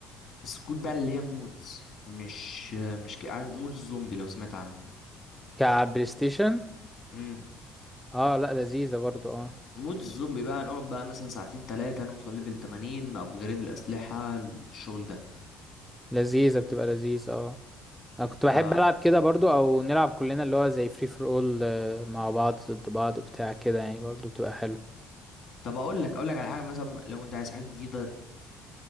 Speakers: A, on the left (about 55°); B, in the centre.
A: سكوت بقى اللي هي مودز مش مش ك- عارف مودز زومبي لو سمعت عنه
B: كبلاي ستيشن
A: امم
B: اه لا لذيذه برضو اه
A: مودز الزومبي بقى نقعد بقى مثلا ساعتين تلاتة نوصل ليفل 80 ابجريد الأسلحة الشغل ده
B: لذيذه بتبقى لذيذ اه انا كنت
A: ف
B: بحب العب كده برضو او نلعب كلنا اللي هو زي فري فور اول مع بعض ضد بعض بتاع كده يعني برضو بتبقى حلو
A: طب اقول لك اقول لك على حاجة مثلا لو انت عايز حاجة جديدة